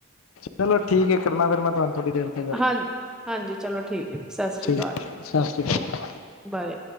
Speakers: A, on the left; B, in the centre.
A: ਚਲੋ ਠੀਕ ਐ ਕਰਨਾ ਫਿਰ ਮੈਂ ਤੁਹਾਨੂੰ ਥੋੜ੍ਹੀ ਦੇਰ ਤੱਕ ਗੱਲ
B: ਹਾਂਜੀ-ਹਾਂਜੀ ਚਲੋ ਠੀਕ ਹੈ ਜੀ। ਸਤਿ ਸ਼੍ਰੀ
A: ਠੀਕ
B: ਅਕਾਲ
A: ਸਾਸ਼੍ਰੀ
B: ਓਕੇ
A: ਕਾਲ।
B: ਬਾਏ।